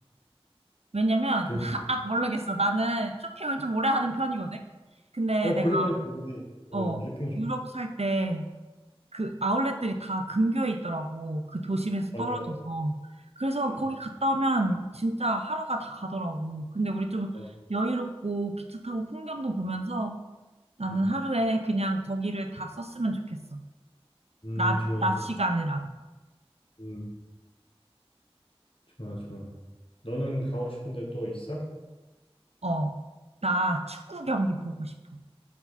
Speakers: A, on the right (about 85°); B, on the left (about 60°).
A: 왜냐면,
B: 그-
A: <laughs> 아, 모르겠어. 나는 쇼핑을 좀 오래 하는 편이거든? 근데
B: 어
A: 내가,
B: 그러면 좋네. 어
A: 어,
B: 쇼핑 좋
A: 유럽 살 때 그 아울렛들이 다 근교에 있더라고. 그 도심에서
B: 맞아
A: 떨어져서.
B: 맞아.
A: 그래서
B: 음,
A: 거기 갔다 오면 진짜 하루가 다 가더라고. 근데 우리 좀
B: 맞아.
A: 여유롭고 기차 타고 풍경도 보면서 나는
B: 음.
A: 하루에 그냥 거기를 다 썼으면 좋겠어.
B: 음,
A: 낮,
B: 좋아
A: 낮
B: 좋아.
A: 시간이라도.
B: 음 좋아 좋아. 너는 가고 싶은데 또 있어?
A: 어, 나 축구 경기 보고 싶어.